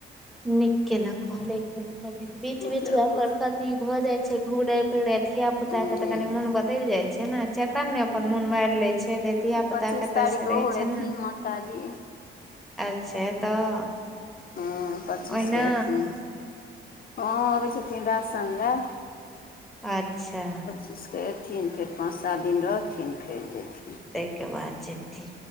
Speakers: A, in the centre; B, on the left.
A: नीक केलक भने चैल गेल, बीच-बीच
B: प्रभु
A: मे अपन कथी भऽ जाय छै घुमनाय - फिरनाय धिया पुता
B: हूँ
A: के तऽ कनी मुन बदैल जाय छै न, चेतन ने अपन मोन मारि लय छै। धिया
B: पच्चीस
A: पुता के
B: तारीख
A: तऽ से
B: ओहो
A: रहै छै
B: एथिन
A: न
B: माताजी
A: अच्छे तऽ।
B: हँ पच्चीस
A: ओहिना
B: कऽ एथिन, हँ अबै छथिन रासन लैए।
A: अच्छा
B: बीस क एथिन, फेर पाँच सात दिन रहथिन फेर जेथिन।
A: तहिके बाद जेथिन।